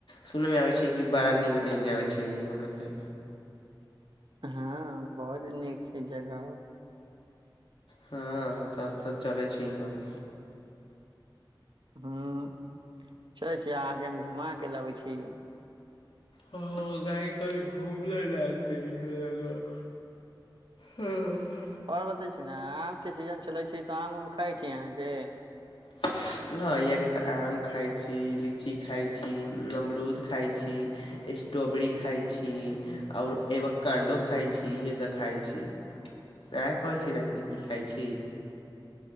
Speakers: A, on the left; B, on the right.
A: सुनय मे आबै छै कि बड़ा नीक नीक जगह छै वहाँ पे
B: हँ बहुत नीक छै जगह उ
A: हँ तब तऽ चलै छी हम
B: हुँ चलै छी अहाँके हम घुमा के लबै छी
A: हँ काहेकि कभी घुमले ना छियै इहो जगह हँ
B: आओर बतबै छी न, आमके सीजन चलै छै तऽ आम उम खाइ छी अहाँके?
A: <inaudible> हँ यहाँके तऽ आम खाइत छी, लीची खाइत छी, अमरूद खाइत छी स्टोबेड़ी खाइ छी आओर एवकाण्डो खाइ छी, इएहे सब खाइत छी इए कहै छी ने की की खाइ छी